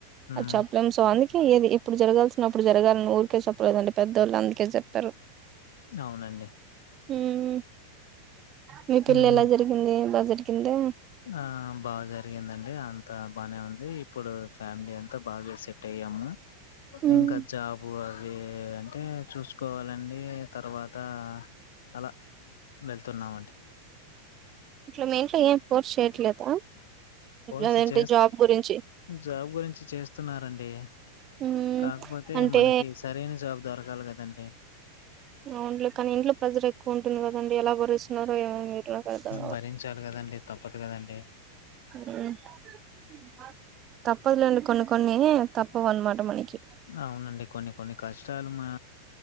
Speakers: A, on the left (about 60°); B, on the right (about 30°).
A: ఉమ్
B: అది చెప్పలేం సో అండి ఏది ఇప్పుడు జరగాల్సిన అప్పుడు జరగాలని ఊరికే చెప్పలేదండి పెద్దోళ్ళు అందుకే చెప్పారు
A: అవునండి
B: ఉమ్ మీ పిల్ల
A: ఉమ్
B: ఎలా జర ఎలా జరిగిందో
A: ఆ బాగా జరిగిందండి అంతా బాగానే ఉంది ఇప్పుడు ఫ్యామిలీ అ తా బాగా సెట్ అయ్యాము
B: మ్మ్
A: ఇంకా జాబు అవి అంటే చూసుకోవాలండి తర్వాత అలా వెళ్తున్నామండి
B: ఉమ్ <unintelligible> ఫోర్స్ చేయట్లేదా
A: ఫోర్స్
B: అదేంటి
A: చే
B: జాబ్ గురించి
A: జాబ్ గురించి చేస్తున్నారండి
B: మ్మ్
A: కాకపోతే
B: అంటే
A: మనకి సరైన జాబ్ దొరకాలి కదా అండి
B: అవున్లే కానీ ఇంట్లో ప్రజరు ఎక్కువ ఉంటంది కదండి ఎలా భరిస్తున్నారో ఏమో మీరు నాకు అర్థం
A: భరించాలి కదండి తప్పదు కదండి
B: తప్ప్ తప్పదులెండి కొన్ని కొన్ని తప్ప వనమాట మనకి
A: అవునండి కొన్ని కొన్ని కష్టాలు మా